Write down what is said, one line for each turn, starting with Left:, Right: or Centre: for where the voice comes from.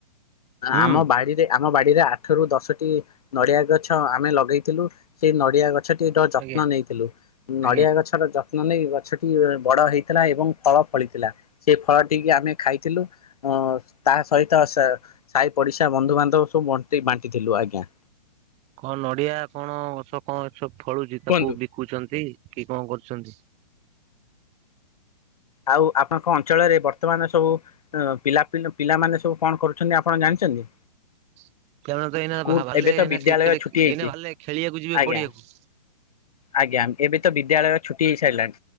Right: ହୁଁ
Left: ଆମ ବାଡିରେ ଆମ ବାଡିରେ ଆଠ ର ଦଶଟି ନଡ଼ିଆ ଗଛ ଆମେ ଲଗେଇଥିଲୁ ସେଇ ନଡ଼ିଆ ଗଛ ଗଛଟି ଯତ୍ନ
Right: ଆଜ୍ଞା
Left: ନେଇଥିଲୁ
Right: ଆଜ୍ଞା।
Left: ନଡିଆ ଗଛର ଯ ଯତ୍ନ ନେଇ ଗଛଟି ବଡ ହେଇଥିଲା ଏବଂ ଫଳ ଫଳିଥିଲା ସେ ଫଳଟିିକ ଆମେ ଖାଇଥିଲୁ। ହଁ ତା ସହିତ ସ ସାହି ପଡିଶା ବନ୍ଧୁବାନ୍ଧବ ସବୁଣ୍ଟି ବାଣ୍ଟିଥିଲୁ। ଆଜ୍ଞା।
Right: କଣ ନଡିଆ କଣ ଗଛ କଣ ସବୁ ଫଳୁଚି ତାକୁ
Left: କୁହନ୍ତୁ।
Right: ବିକୁଚନ୍ତି? କି କଣ କରୁଚନ୍ତି?
Left: ଆଉ ଆପଣଙ୍କ ଅଞ୍ଚଳରେ ବର୍ତ୍ତମାନ ସବୁ ଏଁ ପିଲା ପିଲି ପିଲାମାନେ ସବୁ କଣ କରୁଚନ୍ତି ଆପଣ ଜାଣିଛନ୍ତି?
Right: <inaudible> ସେମାନେ ତ ଏଇନା
Left: ସ୍କୁଲ
Right: ଭା ଭାଲେ
Left: ଏବେ ତ
Right: ଏଇନା
Left: ବିଦ୍ୟାଳୟ
Right: କ୍ରିକେଟ
Left: ଛୁଟି
Right: ଏଇନା
Left: ହେଇଛି
Right: ଭାଲେ ଖେଳିବାକୁ ଯିବେ
Left: ଆଜ୍ଞା।
Right: ପଡ଼ିଆକୁ।
Left: ଆଜ୍ଞା ଏବେ ତ ବିଦ୍ୟାଳୟ ଛୁଟି ହେଇ ସାରିଲାଣି